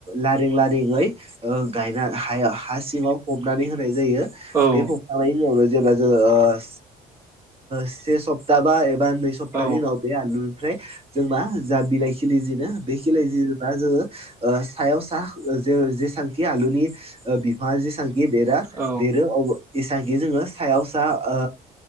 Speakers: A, on the right; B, on the right.
A: लारिें लारिेंयै ओ गायना हाया हा सिङाव फबनानै होनाय जायो
B: औ
A: बे फबखांनायनि उनावनो जेब्ला जोंङो ओ से सप्ता बा एबा नै स सप्तानि
B: औ
A: उनाव बे आलुनिफ्राय जों मा जा बिलाइ खिलि जिनो बे खिलि जे बा जोङो ओ सायाव सा जे जेसांखि आलुनि ओ बिफ ङा जेसांखि देरा
B: औ
A: देरो अब जेसांखि जोङो सायाव सा ओ